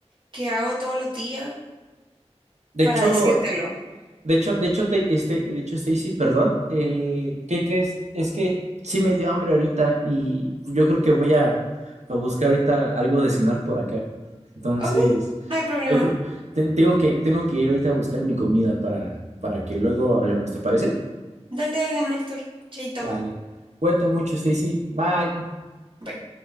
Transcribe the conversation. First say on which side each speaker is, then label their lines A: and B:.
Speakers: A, on the right; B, on the right.
A: que hago todos los días
B: De
A: para
B: hecho,
A: decírtelo?
B: De hecho, de hecho, te- este, de hecho, Stacy, perdón, el, ¿qué crees? Es que sí me dio hambre ahorita y yo creo que voy a, a buscar ahorita algo de cenar por acá. Entonces,
A: Ok, no hay problema.
B: yo creo, te- tengo que, tengo que ir ahorita a buscar mi comida para, para que luego hablemos, ¿te parece?
A: Dale, dale, Néstor. Chaito.
B: Vale. Cuídate mucho, Stacy. Bye.
A: Bye.